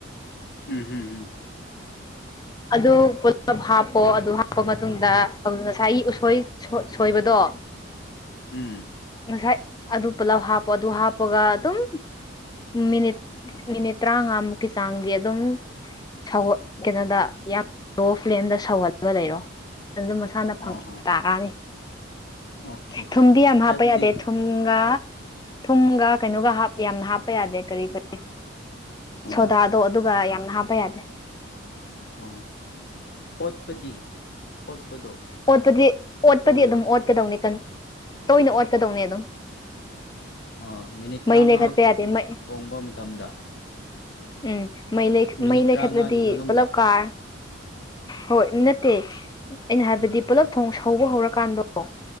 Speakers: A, on the left; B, on the left.
A: ꯎꯝ ꯎꯝ ꯎꯝ
B: ꯑꯗꯨ ꯄꯨꯂꯞ ꯍꯥꯞꯄꯣ ꯑꯗꯨ ꯍꯥꯞꯄ ꯃꯇꯨꯡꯗ ꯉꯁꯥꯏꯒꯤ ꯎꯁꯣꯏ ꯁꯣꯏ ꯁꯣꯏꯕꯗꯣ
A: ꯎꯝ
B: ꯉꯁꯥꯏ ꯑꯗꯨ ꯄꯨꯂꯥꯞ ꯍꯥꯞ ꯄ ꯑꯗꯨ ꯍꯥꯄꯒ ꯑꯗꯨꯝ ꯃꯤꯅꯤꯠ ꯃꯤꯅꯤꯠ ꯇꯔꯥꯃꯉꯥꯃꯨꯛꯀꯤ ꯆꯥꯡꯗꯤ ꯑꯗꯨꯝ ꯁꯧ ꯀꯩꯅꯣꯗ ꯌꯥꯝ ꯂꯣ ꯐ꯭ꯂꯦꯝꯗ ꯁꯧꯍꯜꯂꯒ ꯂꯩꯔꯣ ꯑꯗꯨ ꯃꯁꯥꯅ
A: ꯑꯣ ꯍꯣ
B: ꯇꯥꯔꯅꯤ
A: ꯑꯣꯀꯦ
B: ꯊꯨꯝꯗꯤ ꯌꯥꯝ ꯍꯥꯞꯄ
A: ꯍꯥꯏꯕꯗꯤ
B: ꯌꯥꯗꯦ ꯊꯨꯝꯒ ꯊꯨꯝꯒ ꯀꯩꯅꯣꯒ ꯌꯥꯝꯅ ꯍꯥꯞꯄ ꯌꯥꯗꯦ ꯀꯔꯤ ꯀꯔꯤ
A: ꯑꯣ
B: ꯁꯣꯗꯥꯗꯣ ꯑꯗꯨꯒ ꯌꯥꯝꯅ ꯍꯥꯞꯄ ꯌꯥꯗꯦ
A: ꯎꯝ ꯑꯣꯠꯄꯗꯤ ꯑꯣꯠꯄꯗꯣ
B: ꯑꯣꯠꯄꯗꯤ ꯑꯣꯠꯄꯗꯤ
A: ꯇꯧꯔꯣꯏ
B: ꯑꯗꯨꯝ ꯑꯣꯠꯀꯗꯧꯅꯤ ꯇꯣꯏꯅ ꯑꯣꯠꯀꯗꯧꯅꯤ ꯑꯗꯨꯝ
A: ꯑ ꯃꯤꯅꯤꯠ
B: ꯃꯩ
A: ꯇꯔꯥꯃꯉꯥ
B: ꯂꯩꯈꯠꯄ ꯌꯥꯗꯦ ꯃꯩ
A: ꯊꯣꯡꯕ ꯃꯇꯝꯗ
B: ꯎꯝ ꯃꯩ ꯂꯩ
A: ꯃꯤꯅꯤꯠ
B: ꯃꯩ ꯂꯩꯈꯠꯂꯗꯤ
A: ꯇꯔꯥꯃꯉꯥꯒꯤ ꯃꯅꯨꯡꯗ
B: ꯄꯨꯂꯞ ꯀꯥꯔ ꯍꯣꯏ ꯅꯠꯇꯦ ꯑꯩꯅ ꯍꯥꯏꯕꯗꯤ
A: ꯎꯝ
B: ꯄꯨꯂꯞ ꯊꯣꯡ ꯍꯧꯕ ꯍꯧꯔꯀꯥꯟꯗꯣ ꯑꯣ